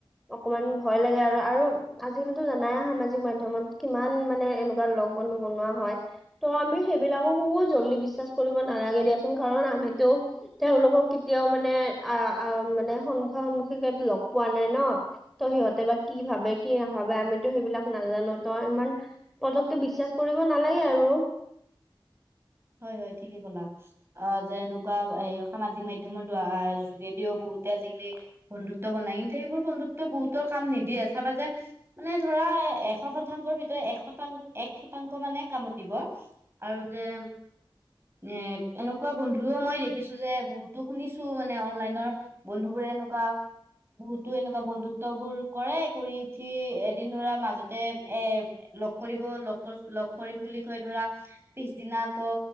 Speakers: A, in the centre; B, on the right.
A: অকমান ভয় লাগে আৰু আৰু আজিকালিতো জানাই সামাজিক মাধ্যমত কিমান মানে এনেকোৱা লগৰ ব নোৱা হয় ত' আমি সেইবিলাককো জল্দি বিশ্বাস কৰিব নালাগে দিয়াচোন কাৰণ আমিতো তেওঁলোকক কেতিয়াও মানে আহ আহ মানে সন্মুখা সন্মুখী লগ পোৱা নাই ন ত সিহঁতে বা কি ভাবে কি নাভাবে আমিতো সেইবিলাক নাজানো ত ইমান পতককে বিশ্বাস কৰিব নালাগে আৰু
B: <unintelligible> হয় হয় ঠিকে কলা অ যেনেকোৱা এ সামাজিক মাধ্যমৰ দ যোগেদিয়ো বহু বহুতে আজিকালি বন্ধুত্ব বনাই কিন্তু সেইবোৰ বন্ধুত্বৰ বহুতৰ কাম নিদিয়ে চাবা যে মানে ধৰা এশ শতাংশ ভিতৰত এ শতাং এক শতাংশ মানে কাম দিব আৰু যে এ এনেকোৱা বন্ধুও মই দেখিছো যে বহুতো শুনিছো মানে অনলাইনৰ বন্ধুবোৰে এনেকোৱা বহুতো এনেকোৱা বন্ধুত্ব বোৰ কৰে কৰি উঠি এদিন ধৰা মাজতে এ কৰিব লগ লগ কৰিম বুলি কৈ ধৰা পিছদিনা আকৌ